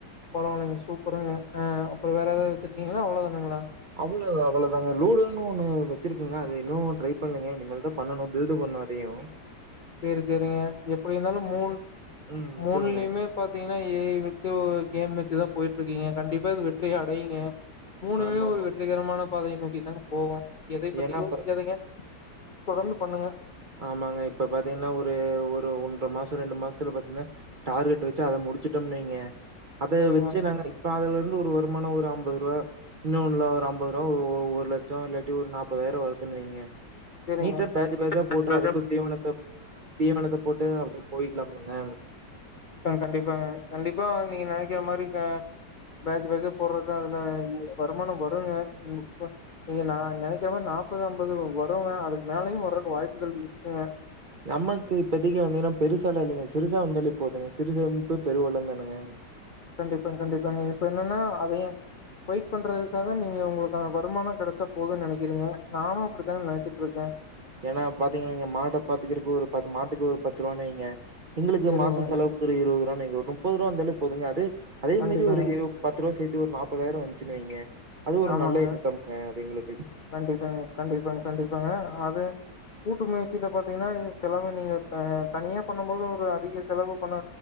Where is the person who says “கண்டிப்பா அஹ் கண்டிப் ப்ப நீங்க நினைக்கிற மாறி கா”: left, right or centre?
Left